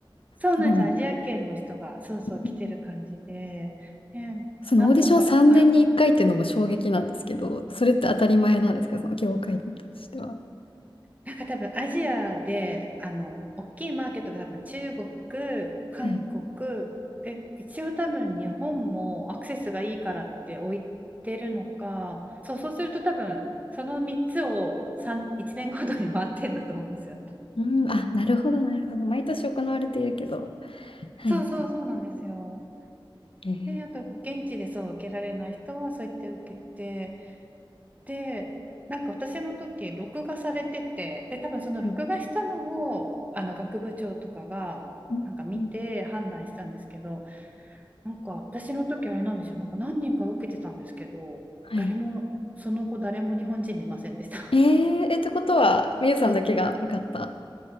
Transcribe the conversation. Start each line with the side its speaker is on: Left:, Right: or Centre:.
Right: そうなんですよ。
Left: ところ。
Right: アジア圏の人がそうそう来てる感じで、
Left: うん
Right: ねなんとか
Left: そのオーディション3年に1回っていうのも衝撃なんですけど、それって当たり前なんですか、その業界としては。
Right: なんか多分アジアであの大きいマーケットが多分中国、韓国
Left: はい。
Right: で一応多分日本もアクセスがいいからって置いてるのかそう、そうすると多分その3つを3、1年ごとに回ってんだと思うんですよね。
Left: うん、あ、なるほど、なるほど。毎年行われているけど。はい。
Right: そうそうそうなんですよ。
Left: えー、
Right: で、あと現地でそう受けられない人はそう言って受けてで、なんか私の時、録画されてて、で、多分その録画したのを、
Left: はい。
Right: あの学部長とかが、
Left: うん、
Right: なんか見て判断したんですけど、
Left: うん、
Right: なんか私の時あれなんですよ、なんか何人か受けてたんですけど、
Left: はい。
Right: 誰も、その後誰も日本人見ませんでした。<laughs>
Left: えー、え、ってことは、みゆさんだけが受かった。